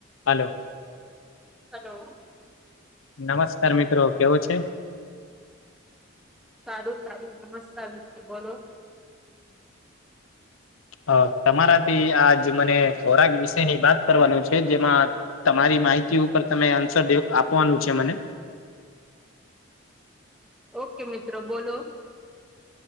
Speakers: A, on the left; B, in the centre.
A: hello
B: hello
A: નમસ્કાર મિત્રો કેવો છે
B: સારું સારું નમસ્કાર મિત્ર બોલો
A: અ તમારાથી આજ મને ખોરાક વિશેની વાત કરવાનું છે જેમાં તમારી માહિતી ઉપર તમે આન્સર આપવાનું છે મને
B: ઓકે મિત્રો બોલો